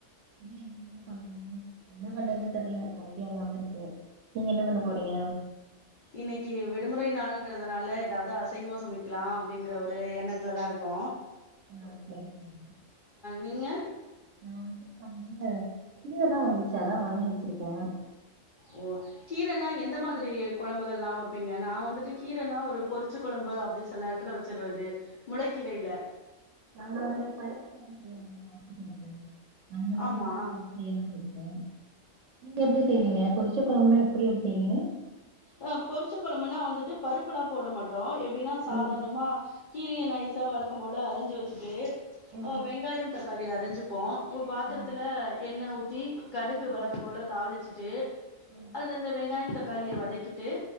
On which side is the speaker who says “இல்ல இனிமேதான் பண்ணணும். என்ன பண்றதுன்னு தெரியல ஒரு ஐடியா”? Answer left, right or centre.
Right